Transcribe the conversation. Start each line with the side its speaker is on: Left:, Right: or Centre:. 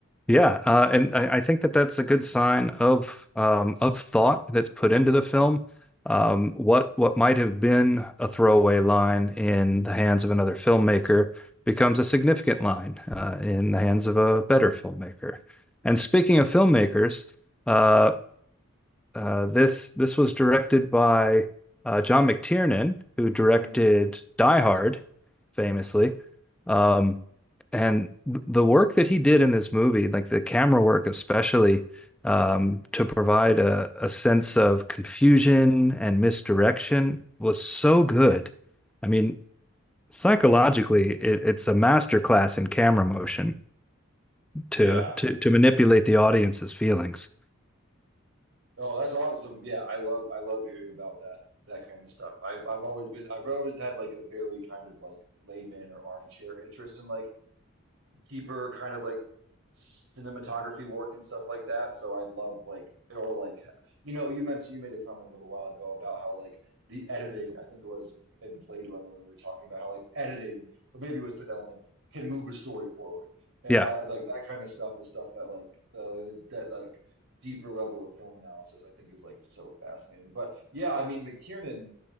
Centre: yeah. Uh, and I, I think that that's a good sign of um, of thought that's put into the film. Um, what what might have been a throwaway line in the hands of another filmmaker becomes a significant line uh, in the hands of a better filmmaker. And speaking of filmmakers, uh, uh, this this was directed by uh, John McTiernan, who directed
Right: hmm
Centre: Die Hard, famously.
Right: Yeah.
Centre: Um, and the work that he did in this movie, like the camera work especially, um, to provide a, a sense of confusion and misdirection was so good. I mean, psychologically, it, it's a masterclass in camera motion
Right: Yeah.
Centre: to to to manipulate the audience's feelings.
Right: Oh, that's awesome. Yeah, I love I love hearing about that that kind of stuff. I've I've always been I've always had like a very kind of like layman or armchair interest in like deeper kind of like cinematography work and stuff like that. So I love like or like you know you mentioned you made a comment a little while ago about how like the editing I think it was in Blade Runner when we were talking about how like editing or maybe it was Fifth Element can move a story forward. And
Centre: Yeah,
Right: I like that kind of stuff is stuff that like the that like deeper level of film analysis I think is like so fascinating. But yeah, I mean McTiernan